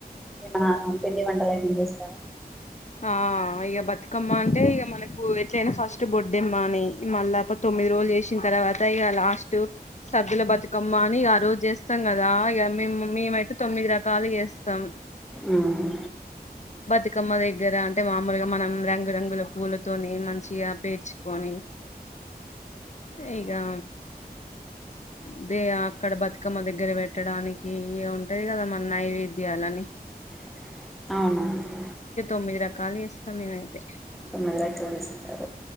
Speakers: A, in the centre; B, on the left.
A: ఏమనా పిండి వంటలు ఏమైనా చేస్తారా
B: ఆ ఇగ బతుకమ్మ అంటే ఇక మనకు ఎట్లయినా ఫస్ట్ బొడ్డెమ్మ అని మళ్ళ ప తొమ్మిది రోజులు జెసిన్ తర్వాత ఇగ లాస్ట్ సద్దుల బతుకమ్మ అని ఆరో జేస్తాం కద రా ఇగ మీ మమ్మీమైతే తొమ్మిది రా కాలి చేస్తాం
A: ఉమ్
B: బతికమ్మ దే దగ్గర అంటే మామూలుగా మనం రంగురంగుల పూలతోని మంచిగా పేర్చుకొని ఇగా అదే అక్కడ బతుకమ్మ దగ్గర పెట్టడానికి ఇగ ఉంటాయి గదా మన్ నైవేద్యాలన్నీ
A: అవునవును
B: తొమ్మిది రకాలు చేస్తమ్మేమయితే
A: మొత్తం ఇడా అట్లే చేస్తారు